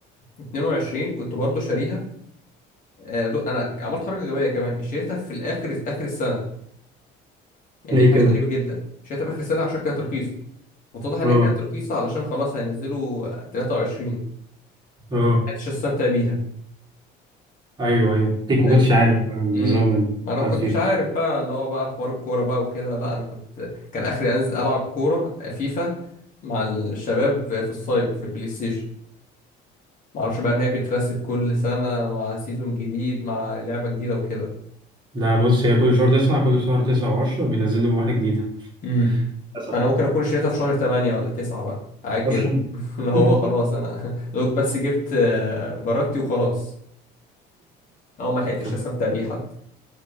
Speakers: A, on the left (about 40°); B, on the right (about 20°).
A: 22 كنت برضو شاريها آه، دو- انا عملت حركة غبية كمان اشتريتها في الاخر اخر السنة يعني
B: ليه
A: دي حاجة
B: كده؟
A: غريبة جدا اشتريتها في اخر السنة عشان كانت رخيصة واتضح انها
B: اه
A: كانت رخيصة علشان خلاص هينزلوا 23
B: اه
A: عرفتش استمتع بيها
B: ايوه ايوه ليك ما
A: يعني
B: كنتش عارف النظام
A: امم ما انا
B: بتاعت
A: ما كنتش
B: فيفا
A: عارف بقى اللي هو بقى حوار الكوره بقى وكده لا انا كنت كان اخري انزل العب كوره فيفا مع الشباب في الصيف في البلاي ستيشن ما اعرفش بقى ان هي بترست كل سنه مع سيزون جديد مع لعبه جديده وكده
B: لا بص هي كل شهر تسعة كل شهر تسعة وعشرة بينزلوا واحدة جديدة
A: امم
B: للاسف
A: ما انا ممكن اكون اشتريتها في شهر 8 ولا 9 بقى حاجه كده
B: اصلا
A: <laughs> اللي
B: <laughs>
A: هو خلاص انا <laughs> دوك بس جبت آه، فاراتي وخلاص اه ما لحقتش
B: طب
A: استمتع بيه حتى